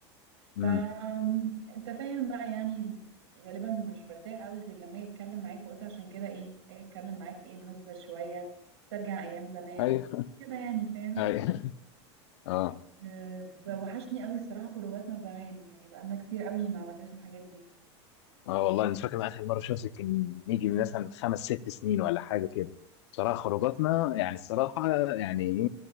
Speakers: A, on the right; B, on the left.
A: ف
B: امم
A: انت فاهم بقى يعني غالبا مش برتاح قوي غير لما اجي اتكلم معاك وقلت عشان كده ايه اجي اتكلم معاك ايه نهزر شوية ترجع ايام زمان
B: ايوه
A: كده يعني فاهم
B: <laughs> ايوه اه
A: أه، وحشني قوي الصراحة خروجاتنا زمان يعني بقالنا كتير قوي ما عملناش الحاجات دي
B: اه والله مش فاكر من اخر مره شمس كان يجي من مثلا خمس ست سنين ولا حاجه كده بصراحه خروجاتنا يعني الصراحه يعني ايه